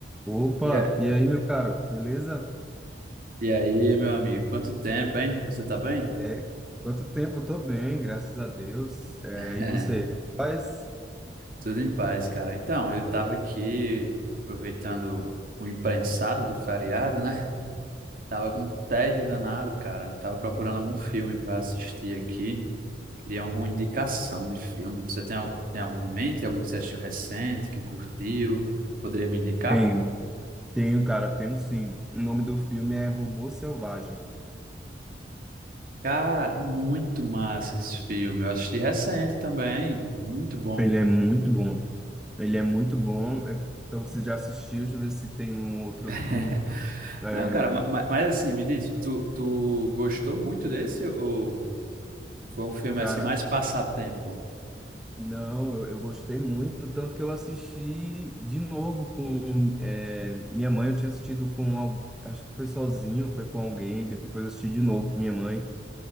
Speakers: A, in the centre; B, on the right.
A: Opa,
B: E, a-
A: e aí, meu caro, beleza?
B: e aí, meu amigo, quanto tempo, hein? Você tá bem?
A: É, quanto tempo? Eu tô bem, graças a Deus. É,
B: <laughs>
A: e você, tu faz?
B: Tudo em paz, cara. Então, eu tava aqui aproveitando o imprensado do feriado, né? <laughs> Tava com um tédio danado, cara. Tava procurando algum filme pra assistir aqui. Queria alguma indicação de filme. Você tem, al- tem algum em mente? Algum que você assistiu recente, que curtiu? Poderia me indicar?
A: Bem, tenho, cara, tenho sim. O nome do filme é Robô Selvagem.
B: Cara, muito massa esse filme. Eu assisti recente também. Muito bom.
A: Ele é muito bom. Ele é muito bom. É, Então, você já assistiu? Deixa eu ver se tem um outro
B: <laughs>
A: aqui. É,
B: Não, cara, ma- ma- mas, assim, me diz, tu, tu gostou muito desse ou foi um filme
A: cara,
B: assim mais passatempo?
A: não, eu, eu gostei muito, tanto que eu assisti de novo com é, minha mãe. Eu tinha assistido com, al- acho que foi sozinho, foi com alguém, depois eu assisti de novo com minha mãe.